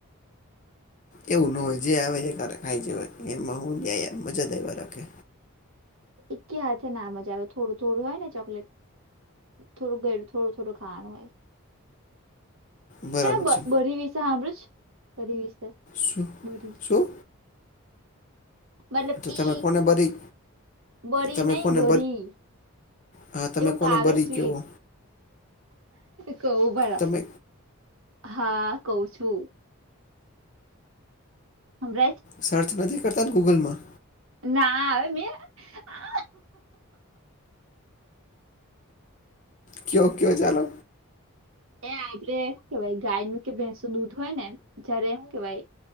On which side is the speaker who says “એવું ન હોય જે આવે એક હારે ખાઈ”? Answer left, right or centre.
Left